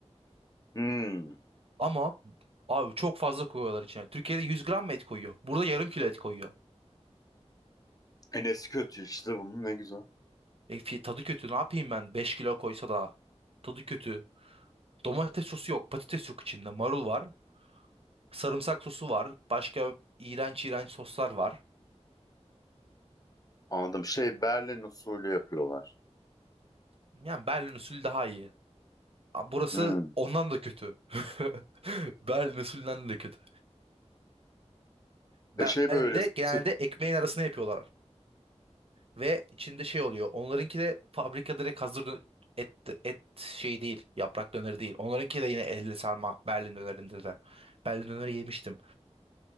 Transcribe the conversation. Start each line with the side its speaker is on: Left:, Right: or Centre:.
Left: Hmm.
Right: Ama abi çok fazla koyuyorlar içine. Türkiye'de 100 gram mı et koyuyor? Burada yarım kilo et koyuyor.
Left: Enes kötü işte bunun ne güzel.
Right: E, fi- tadı kötü. Ne yapayım ben? 5 kilo koysa da. Tadı kötü. Domates sosu yok. Patates yok içinde. Marul var. Sarımsak sosu var. Başka iğrenç iğrenç soslar var.
Left: Anladım. Şey Berlin usulü yapıyorlar.
Right: Yani Berlin usulü daha iyi. Ama Burası
Left: Hmm.
Right: ondan da kötü. <laughs> Berlin usulünden de kötü. Berlin'de
Left: E şey böyle
Right: genelde
Left: sık.
Right: ekmeğin arasına yapıyorlar. Ve içinde şey oluyor. Onlarınki de fabrika direkt hazır dö- et, et şey değil. Yaprak döneri değil. Onlarınki de yine elle sarma Berlin dönerinde de. Berlin döneri yemiştim.